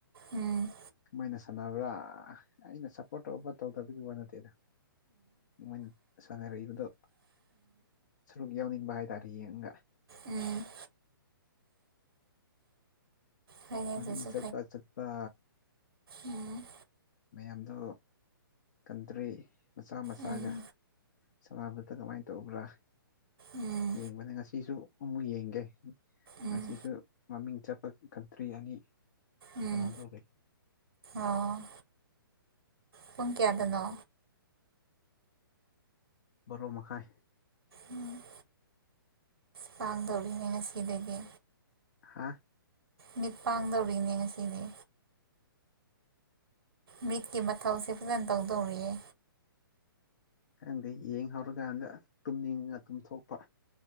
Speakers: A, on the right; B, on the left.
A: ꯎꯝ
B: ꯃꯣꯏꯅ ꯁꯥꯟꯅꯕ꯭ꯔꯥ ꯑꯩꯅ ꯁꯞꯄꯣꯔꯠ ꯇꯧ ꯇꯧꯗꯕꯒꯤ ꯋꯥ ꯅꯠꯇꯦꯗ ꯃꯣꯏꯅ ꯁꯥꯟꯅꯔꯛꯏꯕꯗꯣ ꯁꯔꯨꯛ ꯌꯥꯎꯅꯤꯡꯕ ꯍꯥꯏꯇꯥꯔꯦ ꯌꯦꯡꯉꯒ
A: ꯎꯝ ꯍꯣꯏꯅꯦ
B: ꯃꯃꯤꯡ
A: ꯑꯗꯨꯁꯨ
B: ꯆꯠꯄ ꯆꯠꯄ
A: ꯎꯝ
B: ꯃꯌꯥꯝꯗ ꯀꯟꯇ꯭ꯔꯤ ꯃꯆꯥ ꯃꯆꯥꯒ
A: ꯎꯝ
B: ꯁꯥꯟꯅꯥꯅꯕꯠꯇ ꯀꯃꯥꯏꯅ ꯇꯧꯕ꯭ꯔꯥ
A: ꯎꯝ
B: ꯌꯦꯡꯕꯅꯦ ꯉꯁꯤꯁꯨ ꯑꯃꯨꯛ ꯌꯦꯡꯒꯦ
A: ꯎꯝ
B: ꯉꯁꯤꯁꯨ ꯃꯃꯤꯡ ꯆꯠꯄ ꯀꯟꯇ꯭ꯔꯤ ꯑꯅꯤ
A: ꯎꯝ
B: ꯆꯅꯥꯗꯒꯦ
A: ꯑꯣ ꯄꯨꯡ ꯀꯌꯥꯗꯅꯣ
B: ꯔꯣ ꯃꯈꯥꯏ
A: ꯎꯝ ꯄꯥꯗꯧꯔꯅ ꯁꯤꯗꯗꯒꯤ
B: ꯍꯥ
A: ꯃꯤꯠ ꯄꯥꯡꯗꯧꯔꯤꯅꯦ ꯉꯁꯤꯗꯤ ꯃꯤꯠꯀꯤ ꯃꯊꯧꯁꯦ ꯐꯖꯅ ꯇꯧꯗꯧꯔꯤꯌꯦ
B: ꯈꯪꯗꯦ ꯌꯦꯡ ꯍꯧꯧꯔꯀꯥꯟꯗ ꯇꯨꯝꯅꯤꯡꯉ ꯇꯨꯝꯊꯣꯛꯄ